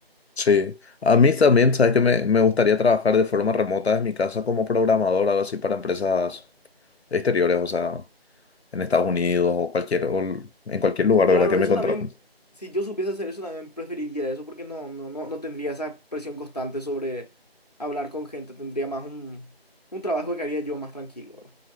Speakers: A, on the left; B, on the left.
A: Sí. A mí también, ¿sabes que Me, me gustaría trabajar de forma remota desde mi casa como programador, algo así, para empresas exteriores, o sea, en Estados Unidos o cualquier, o en cualquier lugar,
B: Claro,
A: ¿verdad? Que me
B: eso
A: contraten.
B: también, si yo supiese hacer eso, también preferiría eso porque no, no, no, no tendría esa presión constante sobre hablar con gente, tendría más un, un trabajo que haría yo más tranquilo, ¿verdad?